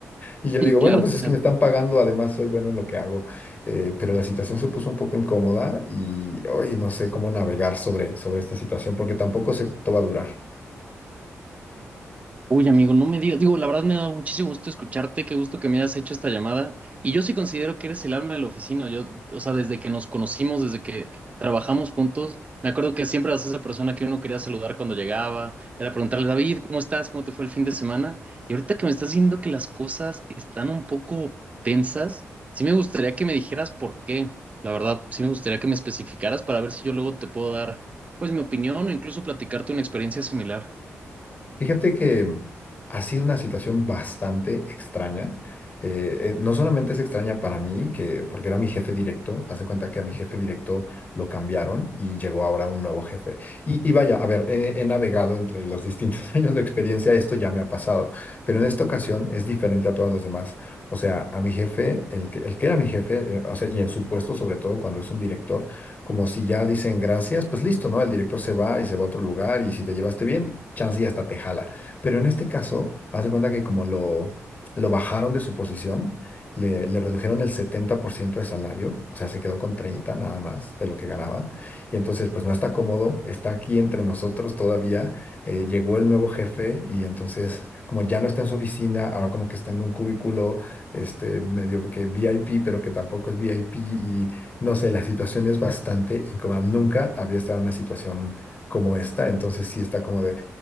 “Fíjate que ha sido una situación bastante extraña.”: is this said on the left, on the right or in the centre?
Left